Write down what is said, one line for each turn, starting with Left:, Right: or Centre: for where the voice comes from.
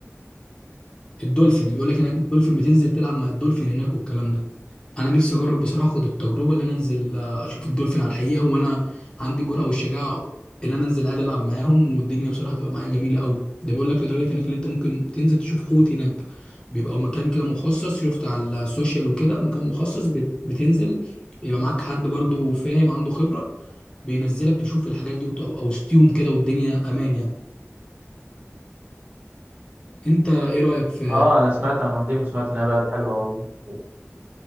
Left: الدولفين بيقول لك هناك الدولفين بتنزل تلعب مع الدولفين هناك والكلام ده انا نفسي اجرب بصراحه اخد التجربه اللي انا انزل آه، اشوف الدولفين على الحقيقه وانا عندي الجرأه والشجاعه اللي انا انزل ادي العب معاهم والدنيا بصراحه تبقى معايا جميله قوي ده بيقول لك لدرجه هناك اللي انت ممكن تنزل تشوف حوت هناك بيبقى مكان كده مخصص شفت على السوشيال وكده مكان مخصص بت- بتنزل يبقى معاك حد برضو فاهم عنده خبره بينزلك تشوف الحاجات دي وتبقى وسطيهم كده والدنيا امان يعني انت ايه رايك في
Right: اه انا سمعت عن المالديف وسمعت انها بلد حلوه و...